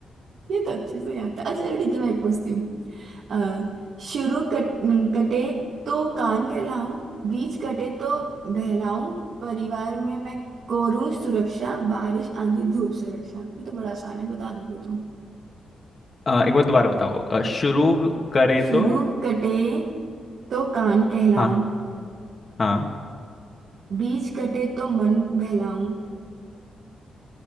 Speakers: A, on the right (about 70°); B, on the left (about 40°).
A: ये तो अच्छे से याद था अच्छा चलो ठीक है मैं एक पूछती हूँ अ, शुरू कट कटे तो कान कहलाऊं बीच कटे तो बहलाऊं परिवार में मैं कोरूं सुरक्षा बारिश आंधी धूप से रक्षा ये तो बड़ा आसान है बता दोगे तुम
B: अ, एक बार दोबारा बताओ अ, शुरू करें
A: शुरू
B: तो
A: कटे तो कान कहलाऊं
B: हाँ हाँ
A: बीच कटे तो मन बहलाऊं